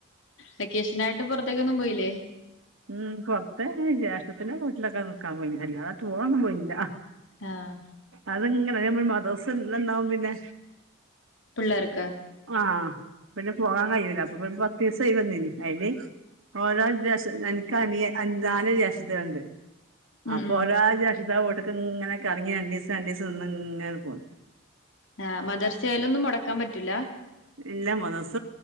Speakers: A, on the left; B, on the right.
A: വെക്കേഷനായിട്ട് പുറത്തേക്ക് ഒന്നും പോയില്ലേ?
B: ഉം പുറത്തെ ജേഷ്ഠത്തിന്റെ വീട്ടിലൊക്കെ നിക്കാൻ പോയിട്ടുണ്ട്, അല്ലാണ്ട് ടൂർ ഒന്നും പോയിട്ടില്ല.
A: ആഹ്
B: അത് ഇങ്ങനെ അയിന് നമ്മള് മദർസ് ത്ത് ന്നാവും പിന്നെ
A: പിള്ളേർക്ക്
B: ആഹ് പിന്നെ പോകാൻ കഴിയൂല്ല, അപ്പൊ പിന്നെ പത്ത് ദിവസായി വന്നിന് അതില് ഓരോ ദിവസ് എനക്ക് അനിയ നാല് ജേഷ്ഠത്തിയേളുണ്ട്
A: ഉം
B: അപ്പൊ
A: ഉം
B: ഒരാഴ്ച ജേഷ്ഠത്തിയോളെ വീട് ക്കെ ഇങ്ങനെ കറങ്ങി രണ്ടീസം രണ്ടീസം നിന്ന് ഇങ്ങനെ പോവും.
A: ആ മദർസയിലൊന്നും മുടക്കാൻ പറ്റൂല?
B: ഇല്ല മദർസ